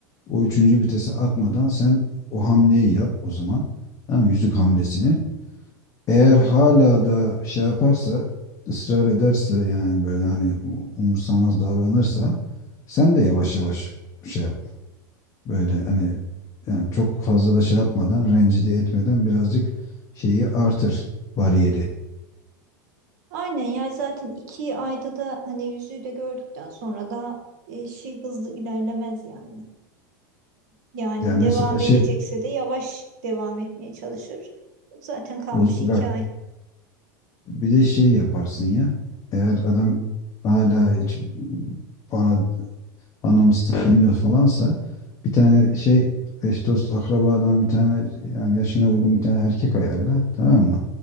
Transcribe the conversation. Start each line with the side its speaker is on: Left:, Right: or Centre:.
Left: o üçüncü vitesi atmadan sen o hamleyi yap o zaman. Tamam mı? yüzük hamlesini. Eğer hala da şey yaparsa, ısrar ederse yani böyle hani umursamaz davranırsa sen de yavaş yavaş şey yap. Böyle hani yani çok fazla da şey yapmadan, rencide etmeden birazcık şeyi artır bariyeri.
Right: Aynen ya zaten iki ayda da hani yüzüğü de gördükten sonra daha e, şey hızlı ilerlemez yani. Yani
Left: Yani
Right: devam
Left: mesela şey
Right: edecekse de yavaş devam etmeye çalışır. Zaten kalmış
Left: o, bak
Right: iki ay.
Left: bir de şey yaparsın ya. Eğer adam hala hiç bana bana mısın demiyor falansa bir tane şey eş dost akrabadan bir tane yani yaşına uygun bir tane erkek ayarla tamam mı?